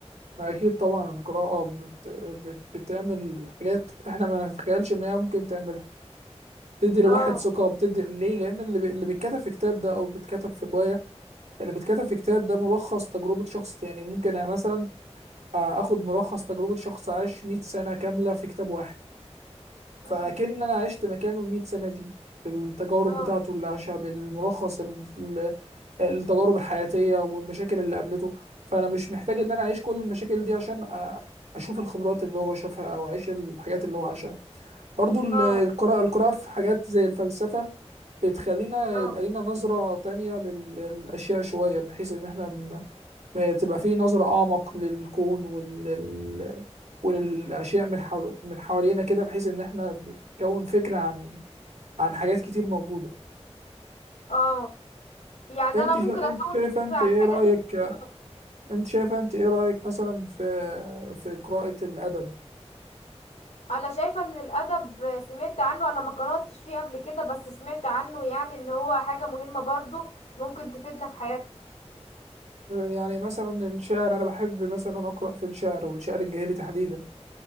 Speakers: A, on the right (about 85°); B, on the left (about 70°).
A: أكيد طبعا القراءة بت... بت... بتعمل حاجات إحنا ما نتخيلش إن هي ممكن تعملها بتدي الواحد
B: اه
A: ثقة بتدي ليه؟ لأن اللي, بي... اللي بيتكتب في كتاب ده أو بيتكتب في رواية اللي بيتكتب في كتاب ده ملخص تجربة شخص يعني ممكن يعني مثلا هاخد ملخص تجربة شخص عاش 100 سنة كاملة في كتاب واحد فأكن
B: امم
A: أنا عشت مكانه ال 100 سنة دي بالتجارب
B: اه
A: بتاعته اللي عاشها بالملخص ال- ال- التجارب الحياتية والمشاكل اللي قابلته فأنا مش محتاج إن أنا أعيش كل المشاكل دي عشان أ- أشوف الخبرات اللي هو شافها أو أعيش الحاجات اللي هو عاشها برضو ال-
B: اه
A: القراءة القراءة في حاجات زي الفلسفة بتخلينا
B: اه
A: يبقى لينا نظرة تانية لل- للأشياء شوية بحيث إن إحنا آه، تبقى فيه نظرة أعمق للكون وال... ال- وللأشياء من حو... من حوالينا كده بحيث إن إحنا بنكون فكرة عن عن حاجات كتير موجودة
B: اه يعني
A: أنت
B: انا ممكن
A: شا...
B: اكون
A: أنت شايفة
B: فكرة
A: أنت
B: عن
A: إيه
B: حاجات
A: رأيك
B: كتير اه
A: أنت شايفة أنت إيه رأيك مثلا في في قراءة الأدب
B: انا شايفة ان الادب سمعت عنه انا ما قرأتش فيه قبل كده بس سمعت عنه يعني ان هو حاجة مهمة برضو ممكن تفيدنا في حياتنا
A: يعني مثلا الشعر أنا بحب مثلا أقرأ في الشعر والشعر الجاهلي تحديدا